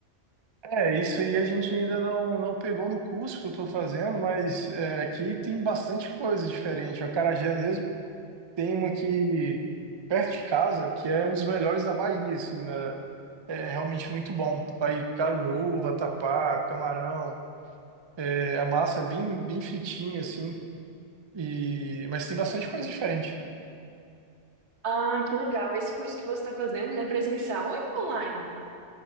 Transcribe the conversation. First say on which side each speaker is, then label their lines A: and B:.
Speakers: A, on the right; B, on the right.
A: É, isso aí a gente ainda não, não pegou no curso que eu estou fazendo, mas é, aqui tem bastante coisa diferente. A acarajé mesmo tem uma aqui perto de casa, que é um dos melhores da Bahia, assim, né? É realmente muito bom. Vai caruru, vatapá, camarão. É, a massa é bem, bem fritinha, assim, e... mas tem bastante coisa diferente.
B: Ah, que legal. Esse curso que você está fazendo, ele é presencial ou ele é online?